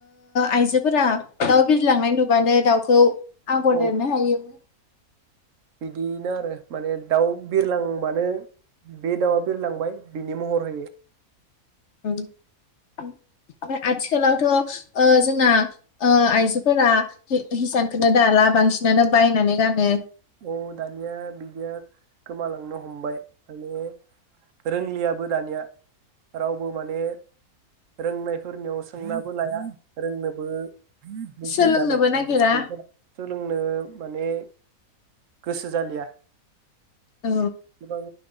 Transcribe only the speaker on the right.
औ
बिदिनो आरो माने दाउ बिरलांबानो बे दाउआ बिरलांबाय बिनि महर होयो
औ दानिया बिदिया गोमालांनो हमबाय माने रोंलियाबो दानिया रावबो माने रोंनायफोरनियाव सोंनाबो लाया रोंनोबो <unintelligible>
दानि
सुबुंफोरा सोलोंनो माने गोसो जालिया
गोबां